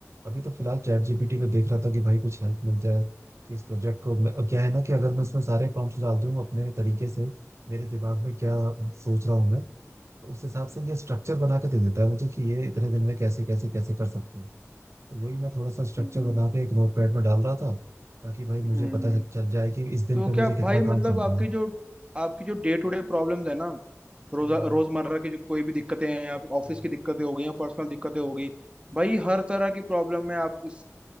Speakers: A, on the right; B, on the right.
A: अभी तो फिलहाल चैट जीपीटी में देख रहा था कि भाई कुछ हेल्प मिल जाए कि इस प्रोजेक्ट को मैं, अब क्या है ना कि अगर मैं इसमें सारे प्रॉम्प्ट्स डाल दूं अपने तरीके से मेरे दिमाग में क्या सोच रहा हूँ मैं तो उस हिसाब से ये स्ट्रक्चर बना के दे देता है मुझे कि ये इतने दिन में कैसे कैसे कैसे कर सकते हैं तो वही मैं थोड़ा सा स्ट्रक्चर
B: हम्म
A: बना के एक नोटपैड में डाल रहा था ताकि भाई मुझे
B: हम्म।
A: पता चल जाए कि इस दिन
B: तो
A: पे
B: क्या
A: मुझे
B: भाई
A: कितना
B: मतलब
A: काम करना
B: आपकी
A: है
B: जो आपकी जो डे टू डे प्रॉब्लम्स है ना रोजा
A: हम्म,
B: रोजमर्रा की जो कोई भी दिक्कतें हैं आप ऑफिस
A: हम्म।
B: की दिक्कतें हो गई या पर्सनल दिक्कतें हो गई भाई हर तरह की प्रॉब्लम में आप इस